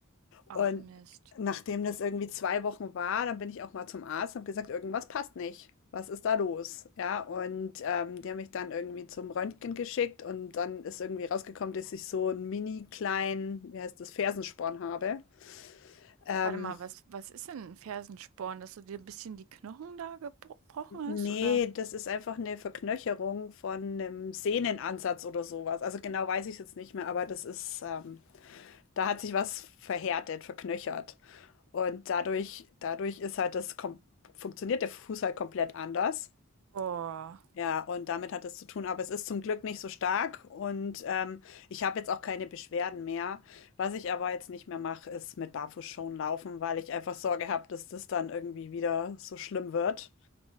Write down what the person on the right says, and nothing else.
Ach
Mist.
Warte mal, was, was ist denn ein Fersensporn? Dass du dir ein bisschen die Knochen da gebrochen
hast, oder?
Oh.